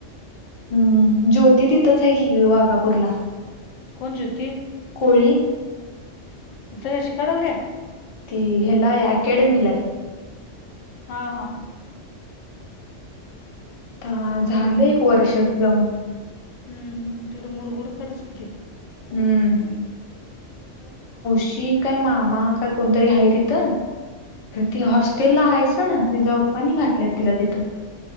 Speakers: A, on the left; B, on the left.
A: हम्मम ज्योती तिथंच आहे की वाघापूरला
B: कोण ज्योती
A: होळी
B: तिथ शिकाय लागल्या
A: ती हलाय अकॅडमीलाय
B: हा हा
A: आ झालं
B: तिकडं
A: एक वर्ष जाऊन
B: हम्म हम तेवढं मुरगडच काढच किथे
A: हम्म शी काय मामा काय कोणतरी आहे तिथं ती हॉस्टेलला आहे सड तिच्या पप्पानी घातलय तिला तिथं